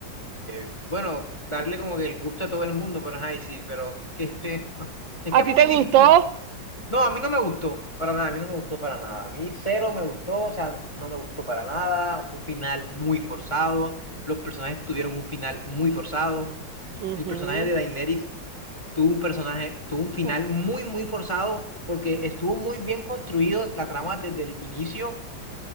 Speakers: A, on the left; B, on the right.
A: eh, bueno, darle como que el gusto a todo el mundo, pero ay, sí, pero que este, no. Es
B: ¿A
A: que es
B: ti
A: muy
B: te
A: difícil.
B: gustó?
A: No, a mí no me gustó, para nada, a mí no me gustó para nada. A mí cero me gustó, o sea, no me gustó para nada. Fue un final muy forzado, los personajes tuvieron un final muy forzado.
B: Ujú.
A: El personaje de Daenerys tuvo un personaje, tuvo un final
B: Uf,
A: muy, muy forzado porque estuvo muy bien construido la trama desde el inicio